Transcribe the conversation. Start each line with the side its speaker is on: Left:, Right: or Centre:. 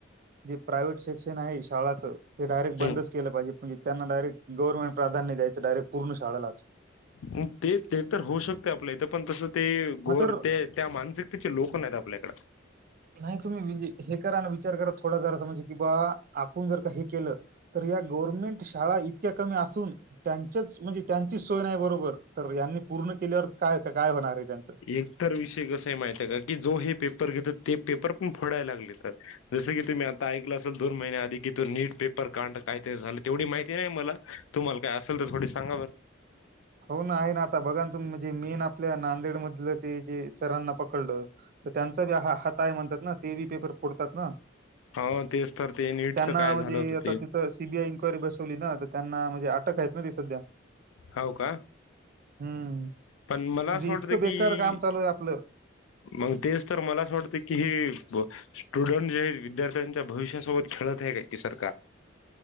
Right: प्रायव्हेट सेक्शन आहे शाळाचं ते डायरेक्ट
Left: नाही
Right: बंदच केलं पाहिजे म्हणजे त्यांना डायरेक्ट गव्हर्मेंट प्रधान्य द्यायं डायेक्ट पर्ण शाळेलाच.
Left: म तेच ते तर होऊ शकते आपल्या इथं पण तसं ते
Right: मग
Left: गोर
Right: तर
Left: ते त्या मानसिकतेचे लोक नाही आहेत आपल्याकड
Right: नाही तुम्ही म्हणजे हे करा ना विचार करा थोडा जरा म्हणजे कि बा आपण जर का हे केलं तर या गव्हर्नमेंट शाळा इक्या कमी असून त्यांच्याच म्हणजे त्यांचीच सोय नाही बरोबर तर पूर्ण केल्यावर काय काय होणार आहे. त्यांचं?
Left: एकतर विषय कस आहे माहित आहे का की जो हे पेपर घेतात. ते पेपर पण फोडाय लागले तर जसं की तुम्ही आता ऐकलं असेल दोन महिन्या आधी की तो नीट पेपर काां काय ते झालं तेवढी माहिती नाही मला तुम्हाला काय असेल तर थोडी सांगा बर.
Right: हो ना, आहे ना, आता बघा ना तुम्हीणजे मेन आपल्या नांदेड मधलं ते जे सरांना पकडलं. तर त्यांचा वी ह हातय म्हणतात ना ते बी पेपर फोडतात ना?
Left: हो तेच तर ते नीटचं
Right: त्यांना
Left: काय
Right: म्हणजे
Left: झालं होतं
Right: आता
Left: ते
Right: तिथ सीबीआय इनक्वायरी बसवली ना? त्यांना म्हणजे अटक आहेत ना ती सध्या,
Left: होव का
Right: हं.
Left: पण मला
Right: म्हणजे
Left: असं वाटतं
Right: इतकं बेकार
Left: की,
Right: काम चालू आहे आपलं.
Left: मग तेच तर मला असं वाटत की हे, स्टुडंट जे आहेत विद्यार्थ्यांच्या भविष्यासोबत खेळत आहे काय कि सरकार,